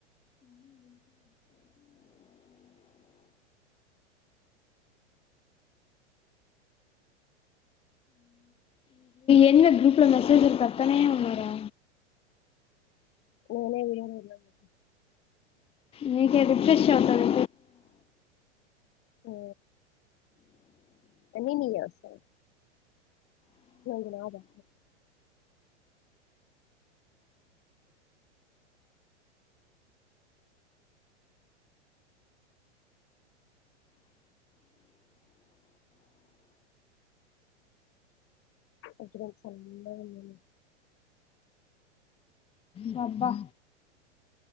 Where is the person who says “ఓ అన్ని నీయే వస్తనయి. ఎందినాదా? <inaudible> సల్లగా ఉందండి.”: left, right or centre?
Left